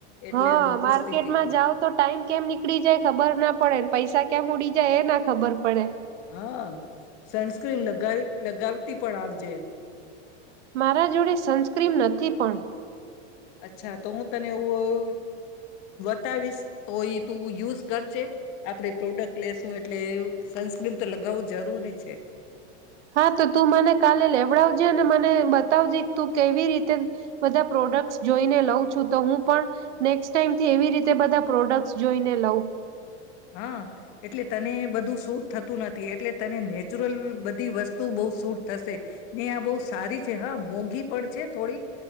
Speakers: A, on the left (about 40°); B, on the right (about 80°).
A: એટલે
B: હા,
A: હું પૂછતી
B: માર્કેટમાં
A: તી તને
B: જાવ તો ટાઈમ કેમ નીકળી જાય ખબર ના પડે પૈસા ક્યા ઉડી જાય એ ના ખબર પડે
A: હા, સનસ્ક્રીન લગાવ લગાવતી પણ આવજે.
B: મારા જોડે સનસ્ક્રીમ નથી પણ.
A: અચ્છા તો હું તને એવું બતાવીશ તો એ તું યુઝ કરજે આપણે પ્રોડક્ટ લેસું એટલે સનસ્ક્રીમ તો લગાવવું જરૂરી છે.
B: હા, તો તું મને કાલે લેવડાવજે અને મને બતાવજે તું કેવી રીતે બધા પ્રોડક્ટસ જોઈને લઉં છું તો હું પણ નેક્સ્ટ ટાઈમથી એવી રીતે બધા પ્રોડક્ટસ જોઈને લઉં.
A: હા, એટલે તને બધું સૂટ થતું નથી એટલે તને નેચરલ બધી વસ્તુ બહુ સૂટ થશે ને આ બહુ સારી છે હા મોંઘી પણ છે થોડીક